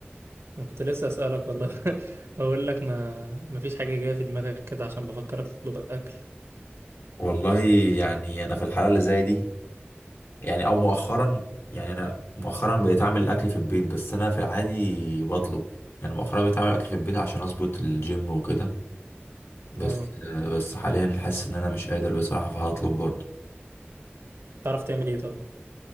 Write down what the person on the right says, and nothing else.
انا كنت لسه اسالك والله <laughs> اقول لك ما ما فيش حاجه جايه في دماغك كده عشان بفكر اطلب اكل
اه
تعرف تعمل ايه طيب